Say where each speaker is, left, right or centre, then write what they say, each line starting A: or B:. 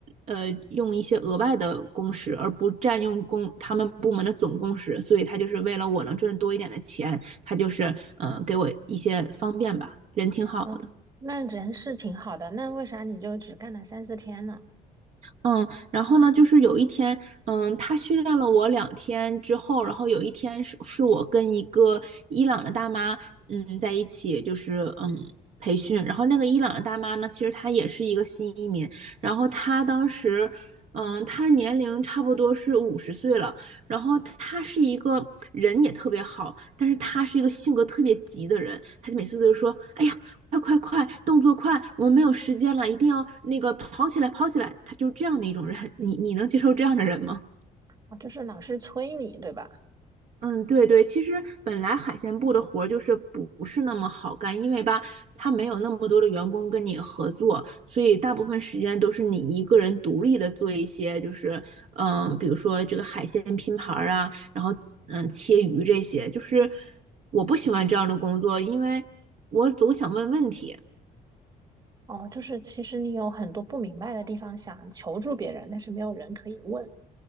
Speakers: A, on the right; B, on the right.
A: 呃，用一些额外的工时，而不占用工他们部门的总工时，所以他就是为了我能赚多一点的钱，他就是嗯、呃给我一些方便吧，人挺好的。
B: 嗯，那人是挺好的，那为啥你就只干了三四天呢？
A: 嗯，然后呢，就是有一天，嗯，他训练了我两天之后，然后有一天是是我跟一个伊朗的大妈，嗯，在一起，就是嗯培训。然后那个伊朗的大妈呢，其实她也是一个新移民，然后她当时，嗯，她年龄差不多是五十岁了，然后她是一个人也特别好，但是她是一个性格特别急的人，她就每次都是说，哎呀，快快快，动作快，我们没有时间了，一定要那个跑起来，跑起来。他就是这样的一种人，你你能接受这样的人吗？
B: 哦，就是老师催你，对吧？
A: 嗯，对对，其实本来海鲜部的活儿就是不是那么好干，因为吧，他没有那么多的员工跟你合作，所以大部分时间都是你一个人独立的做一些，就是嗯，比如说这个海鲜拼盘儿啊，然后嗯切鱼这些，就是我不喜欢这样的工作，因为我总想问问题。
B: 哦，就是其实你有很多不明白的地方，想求助别人，但是没有人可以问。